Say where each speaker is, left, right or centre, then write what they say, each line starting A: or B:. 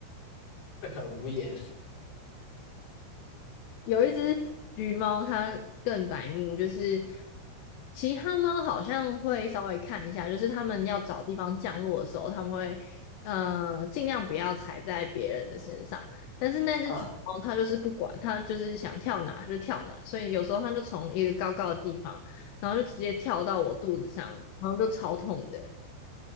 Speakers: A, on the left; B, on the left.
A: 会很无言，
B: 有一只橘猫，它更白目，就是其他猫好像会稍微看一下，就是它们要找地方降落的时候，它们会呃尽量不要踩在别人的身上。但是那只橘猫它就是不管，
A: 嗯，
B: 它就是想跳哪就跳哪，所以有时候它就从一个高高的地方，然后就直接跳到我肚子上，然后就超痛的。